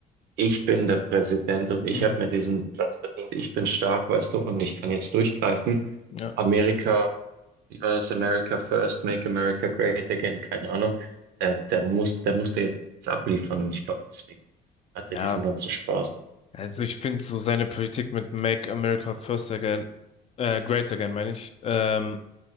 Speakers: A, on the right; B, on the left.
A: ich bin der Präsident und ich
B: Mhm.
A: habe mir diesen Platz verdient. Ich bin stark, weißt du, und ich kann jetzt durchgreifen.
B: Ja.
A: Amerika, wie war das? America first, make America great again, keine Ahnung. Der, der muss, der musste jetzt abliefern und ich glaube, deswegen hat
B: Ja.
A: er diesen ganzen Spaß.
B: Also ich finde so seine Politik mit Make America First Again, äh, Great Again, meine ich. Ähm,